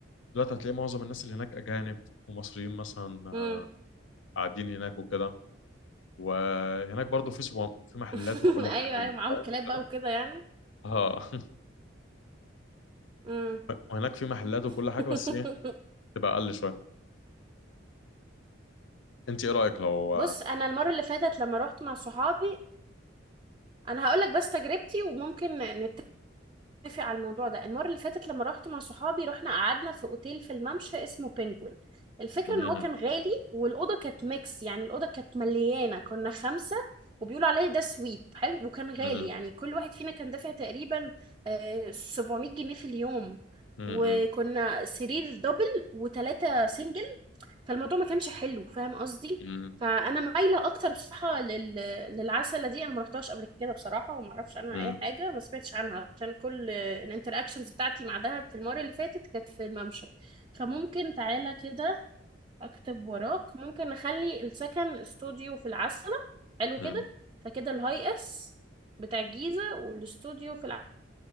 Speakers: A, on the left; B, on the right.
A: دلوقتي هتلاقي معظم الناس اللي هناك اجانب ومصريين مثلا آه،
B: امم
A: قاعدين هناك وكده وهناك برضو في سوام في محلات
B: <laughs>
A: وكل حاجه
B: ايوه
A: ومطاعم
B: ايوه معاهم كلاب
A: وكده
B: بقى وكده يعني
A: اه
B: امم
A: <laughs> وهناك في محلات وكل
B: <laughs>
A: حاجه بس ايه تبقى اقل شويه انت ايه رايك لو
B: بص انا المره اللي فاتت لما روحت مع صحابي انا هقول لك بس تجربتي وممكن نتفق على الموضوع ده المره اللي فاتت لما روحت مع صحابي رحنا قعدنا في اوتيل في الممشى اسمه بينجوين الفكره
A: مم.
B: ان هو كان غالي والاوضه كانت ميكس يعني الاوضه كانت مليانه كنا خمسه وبيقولوا عليه ده سويت حلو وكان غالي
A: مم.
B: يعني كل واحد فينا كان دافع تقريبا آه، 700 جنيه في اليوم
A: مم.
B: وكنا سرير دبل وثلاثة سنجل فالموضوع ما كانش حلو فاهم قصدي
A: مم.
B: فانا مايله اكتر بصراحه لل... للعسله دي انا ما رحتهاش قبل كده بصراحه وما اعرفش عنها
A: مم.
B: اي حاجه ما سمعتش عنها عشان كل الانتراكشنز بتاعتي مع دهب في المره اللي فاتت كانت في الممشى فممكن تعالى كده اكتب وراك ممكن نخلي السكن استوديو في العسله حلو
A: مم.
B: كده فكده الهاي اس بتاع الجيزه والاستوديو في العسله